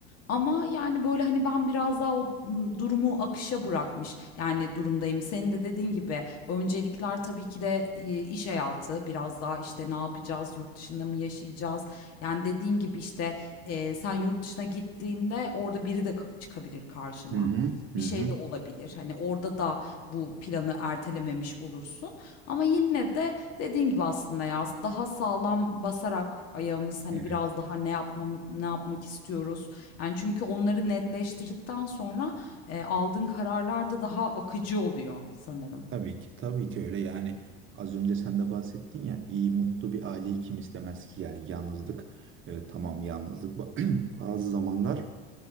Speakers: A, on the left; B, on the right.
A: Ama, yani, böyle, hani, ben biraz daha o, ımm, durumu akışa bırakmış, yani, durumdayım. Senin de dediğin gibi öncelikler tabii ki de, iii, iş hayatı, biraz daha, işte, ne yapacağız, yurt dışında mı yaşayacağız? Yani, dediğin gibi, işte, eee, sen yurt dışına gittiğinde orada biri de ka çıkabilir karşına.
B: Hı hı. Hı
A: Bir
B: hı.
A: şey de olabilir. Hani, orada da bu planı ertelememiş olursun ama yine de dediğin gibi aslında ya, daha sağlam basarak ayağımız, hani,
B: Evet.
A: biraz daha ne yapmamı ne yapmak istiyoruz? Yani çünkü onları netleştirdikten sonra, eee, aldığın kararlar da daha akıcı oluyor sanırım.
B: Tabii ki, tabii ki öyle. Yani az önce sen de bahsettin ya, iyi mutlu bir aileyi kim istemez ki? Yani yalnızlık, e, tamam yalnızlık ba- <clears throat> bazı zamanlar